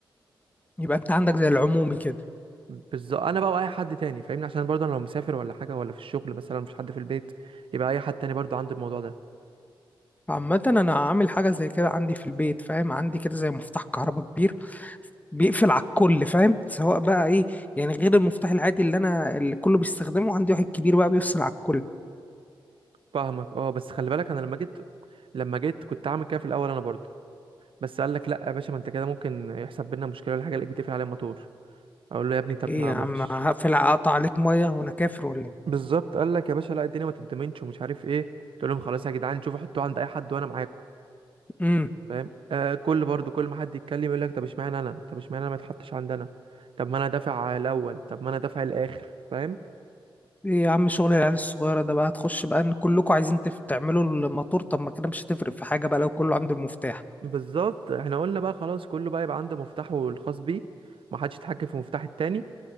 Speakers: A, on the left (about 15°); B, on the right (about 70°).
A: يبقى انت عندك زي العمومي كده
B: بالظبط انا بقى واي حد تاني فاهمني عشان برضه انا لو مسافر ولا حاجه ولا في الشغل مثلا مفيش حد في البيت يبقى اي حد تاني برضه عنده الموضوع ده
A: عامة انا عامل حاجة زي كده عندي في البيت فاهم عندي كده زي مفتاح كهرباء كبير بيقفل على الكل فاهم سواء بقى ايه يعني غير المفتاح العادي اللي انا اللي كله بيستخدمه عندي واحد كبير بقى بيفصل على الكل
B: فاهمك اه بس خلي بالك انا لما جيت لما جيت كنت عامل كده في الاول انا برضه بس قال لك لا يا باشا ما انت كده ممكن يحصل بينا مشكله ولا حاجه الاقيك بتقفل عليه الموتور اقول له يا ابني طب
A: ايه
B: ما
A: يا
B: ما
A: عم
B: فيش
A: هقفل اقطع عليك مية وانا كافر ولا ايه
B: بالظبط قال لك يا باشا لا الدنيا ما تتضمنش ومش عارف ايه قلت لهم خلاص يا جدعان شوفوا حطوه عند اي حد وانا معاكم
A: امم
B: فاهم آه كل برضو كل ما حد يتكلم يقول لك طب اشمعنى انا طب اشمعنى انا ما اتحطش عندنا طب ما انا دافع الاول طب ما انا دافع الاخر فاهم
A: ايه يا عم شغل العيال الصغيرة ده بقى هتخش بقى ان كلكم عايزين تف- تعملوا الموتور طب ما كده مش هتفرق في حاجة بقى لو كله عنده المفتاح
B: بالظبط احنا قلنا بقى خلاص كله بقى يبقى عنده مفتاحه الخاص بيه ما حدش يتحكم في مفتاح التاني